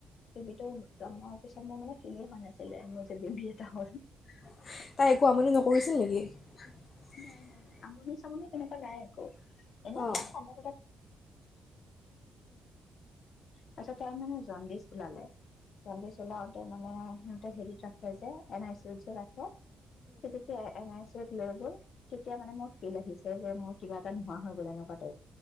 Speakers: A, on the left; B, on the left.
A: <unintelligible> জন্ম <unintelligible> পিছত মোৰ মানে ফিলেই হোৱা নাছিলে মোৰ যে ববি এটা হ'ল <unintelligible>
B: <unintelligible> তাই একো আমনি নকৰিছিল নেকি <unintelligible>
A: নাই নাই। আমনি চামনি তেনেকুৱা নাই একো <unintelligible> <unintelligible> <unintelligible>
B: অঁ
A: থাকে <unintelligible> তাৰ <unintelligible> তাৰ মানে <unintelligible> ওলালে কান্দি চলাওঁতে মানে সিহঁতে হেৰিত ৰাখে যে এন আই চি ওচৰত ৰাখে। যেতিয়া এনআই চি লৈ গৈ তেতিয়া মানে মোৰ ফিল আহিছে যে মোৰ কিবা নোহোৱা হৈ গ'ল এনেকুৱা টাইপ।